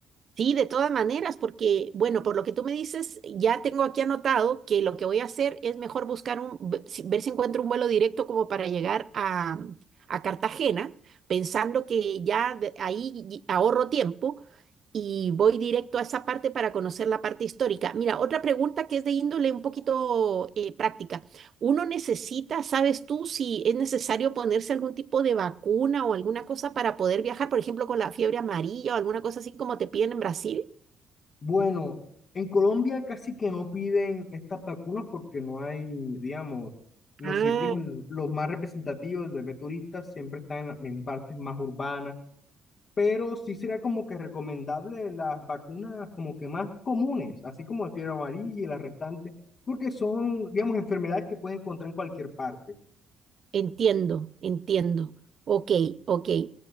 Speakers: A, on the right; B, on the left.
A: Sí, de todas maneras, porque, bueno, por lo que tú me dices, ya tengo aquí anotado que lo que voy a hacer es mejor buscar un, ve- si- ver si encuentro un vuelo directo como para llegar a, a Cartagena, pensando que ya de- ahí y- ahorro tiempo y voy directo a esa parte para conocer la parte histórica. Mira, otra pregunta que es de índole un poquito eh, práctica. Uno necesita, ¿sabes tú si es necesario ponerse algún tipo de vacuna o alguna cosa para poder viajar, por ejemplo, con la fiebre amarilla o alguna cosa así como te piden en Brasil?
B: Bueno, en Colombia casi que no piden estas vacunas porque no hay, digamos, los
A: Ah,
B: sitios, en- los más representativos de turistas siempre están en, la- en partes más urbanas, pero sí será como que recomendable las vacunas como que más comunes, así como el fiebre amarilla y las restantes, porque son, digamos, enfermedades que pueden encontrar en cualquier parte.
A: entiendo, entiendo. Ok, ok.